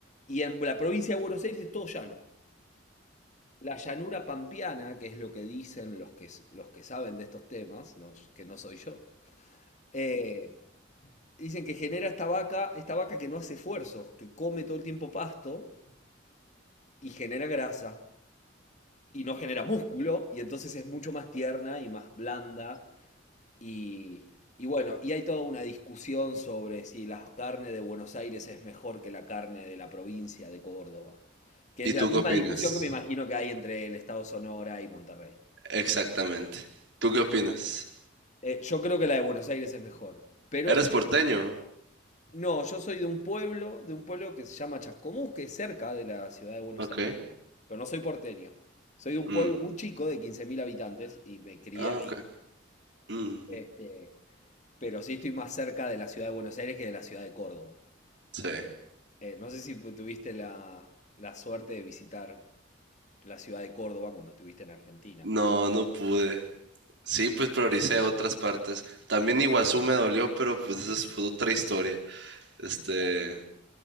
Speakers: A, on the left; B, on the right.
A: Y en la provincia de Buenos Aires es todo llano. La llanura pampeana, que es lo que dicen los que, los que saben de estos temas, no- que no soy yo, eh, dicen que genera esta vaca, esta vaca que no hace esfuerzos, que come todo el tiempo pasto y genera grasa y no genera músculo y entonces es mucho más tierna y más blanda Y, y bueno, y hay toda una discusión sobre si la carne de Buenos Aires es mejor que la carne de la provincia de Córdoba, que es
B: ¿Y tú
A: la misma
B: qué opinas?
A: discusión que me imagino que hay entre el estado Sonora y Monterrey.
B: Exactamente. ¿Tú qué opinas?
A: Eh, yo creo que la de Buenos Aires es mejor, pero
B: ¿Eres porteño?
A: no, yo soy de un pueblo, de un pueblo que se llama Chascomús, que es cerca de la ciudad de Buenos
B: Ok.
A: Aires, pero no soy porteño. Soy de un
B: Mm.
A: pueblo muy chico de 15.000 habitantes y me crié
B: Ah,
A: ahí.
B: ok. Mm,
A: Este, pero sí estoy más cerca de la ciudad de Buenos Aires que de la ciudad de Córdoba.
B: Sí.
A: Eh, no sé si pu- tuviste la, la suerte de visitar la ciudad de Córdoba cuando estuviste en Argentina.
B: No, no pude. Sí, pues prioricé otras partes. También Iguazú me dolió, pero pues eso es otra historia. Este,
A: Claro.